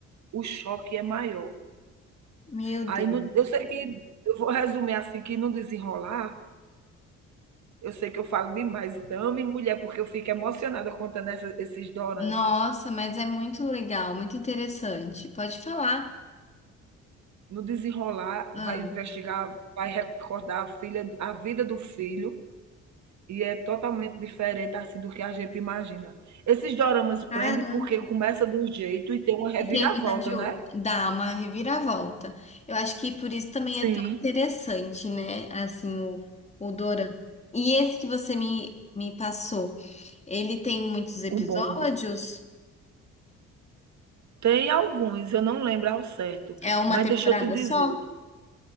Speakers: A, on the right (about 65°); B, on the left (about 20°).
A: o choque é maior.
B: Meu
A: Aí
B: Deus.
A: no eu sei que eu vou resumir, assim, que no desenrolar, eu sei que eu falo demais, dama e mulher, porque eu fico emocionada contando essa esses doramas.
B: Nossa, mas é muito legal, muito interessante. Pode falar.
A: No desenrolar, vai
B: Ah,
A: investigar, vai recordar a filha a vida do filho, e é totalmente diferente, assim, do que a gente imagina. Esses doramas prende,
B: Caramba.
A: porque começa de um jeito e tem uma reviravolta,
B: E termina de
A: né?
B: outro, dá uma reviravolta. Eu acho que por isso também
A: Sim,
B: é tão interessante, né? Assim, o, o Dorama. E esse que você me, me passou, ele tem muitos episódios?
A: o bonde. Tem alguns, eu não lembro ao certo,
B: É uma
A: mas
B: temporada
A: deixa eu te dizer
B: só?